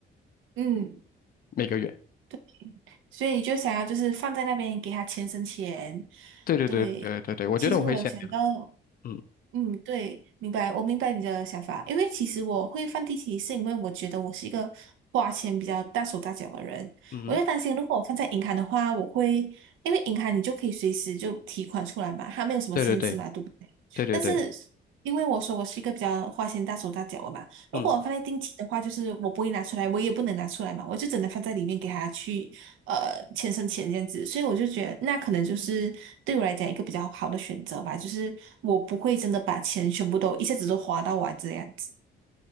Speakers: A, on the right; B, on the left.
A: 嗯，
B: 每个月。
A: 对。所以你就想要就是放在那边给他钱生钱。
B: 对对对对对对，
A: 对，
B: 我觉得我会先给的
A: 其实我有想到。
B: 嗯
A: 嗯，对，明白，我明白你的想法。因为其实我会放地起，是因为我觉得我是一个花钱比较大手大脚的人。
B: 嗯哼
A: 我就担心，如果我放在银行的话，我会因为银行你就可以随时就提款出来嘛，它没有什么限制嘛，
B: 对对对
A: 对不对？
B: 对对对，
A: 但是因为我说我是一个比较花钱大手大脚的嘛，
B: 嗯。
A: 如果我放在定期的话，就是我不会拿出来，我也不能拿出来嘛，我就只能放在里面给他去呃钱生钱这样子，所以我就觉得那可能就是对我来讲一个比较好的选择吧，就是我不会真的把钱全部都一下子都花到完这样子。